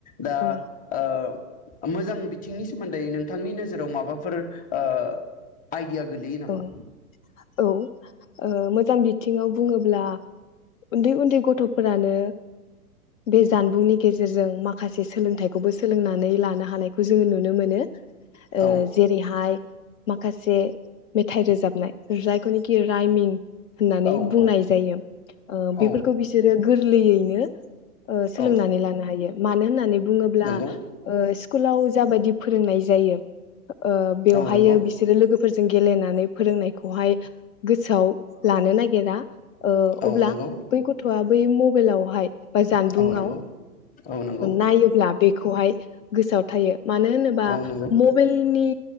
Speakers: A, on the left; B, on the left.
A: दा
B: औ
A: ओ मोजां बिथिंनि सोमोन्दै नोंथांनि नोजोराव माबाफोर ओ आइडिया गोलैयो नामा।
B: औ औ ओ मोजां बिथिङाव बुङोब्ला उन्दै उन्दै गथ'फोरानो बे जानबुंनि गेजेरजों माखासे सोलोंथाइखौबो सोलोंनानै लानो हानायखौ जोङो नुनो मोनो। ओ
A: औ
B: जेरैहाय माखासे मेथाइ रोजाबनाय जायखौ नखि रायमिं होननानै
A: औ
B: बुंनाय
A: औ
B: जायो ओ
A: औ
B: बेफोरखौ बिसोरो गोरलैयैनो ओ सोलोंनानै
A: औ
B: लानो हायो मानो होननानै बुङोब्ला
A: नंगौ
B: ओ स्कुलाव जाबायदि फोरोंनाय जायो। ओ बेवहायो
A: औ नंगौ
B: बिसोरो लोगोफोर फोर जों गेलेनानै फोरोंनायखौहाय गोसोआव लानो नागिरा ओ
A: औ
B: अब्ला
A: नंगौ
B: बै गथ'आ बै मबाइलाव बा जानबुंआव
A: औ नंगौ औ नंगौ
B: नायोब्ला बेखौहाय गोसोआव थायो मानो होनोबा
A: औ नंगौ
B: मबाइलनि